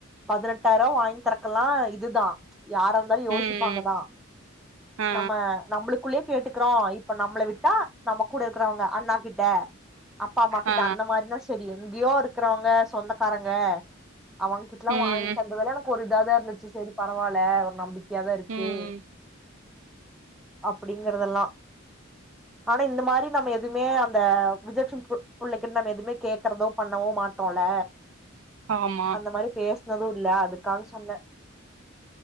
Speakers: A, in the centre; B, on the right.
A: பதினெட்டாயிருவா வாங்கி தறக்கெல்லா இதுதா யார இருந்தாலு யோசிப்பாங்கதா
B: ம் ம் ஆ
A: நம்ம நம்மளுக்குள்ளயே கேட்டுக்குறோ இப்ப நம்மள விட்டா நம்ம கூட இருக்கிறவுங்க அண்ணா கிட்ட அப்பா அம்மா கிட்ட
B: ஆ
A: அந்த மாரினா சொல்லு எங்கயோ இருக்குறவுங்க சொந்தக் காரங்க அவுங்க கிட்டல்லா
B: ம்
A: வாங்கி தந்ததுலா எனக்கு ஒரு இதா தா இருந்துச்சு சேரி பரவால ஒரு நம்பிக் கையாதா இருக்கு
B: ம்
A: அப்புடிங்குறதெல்லா ஆனா இந்த மாரி நம்ம எதுமே அந்த <unintelligible> புள்ளைக்குன் நம்ம எதுமே கேக்கறதோ பண்ணவோ மாட்டோல்ல
B: ஆமா
A: இந்த மாரி பேசுனது இல்ல அதுக்காக சொன்னே